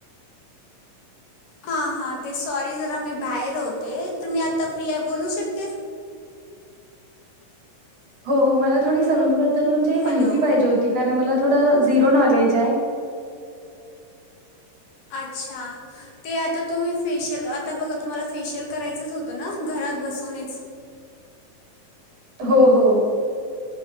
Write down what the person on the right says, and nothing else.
हो हो मला थोडी सलून बद्दल तर म्हणजे मला
माहिती पाहिजे होती, कारण मला थोड झीरो नॉलेज हाय.
हो हो,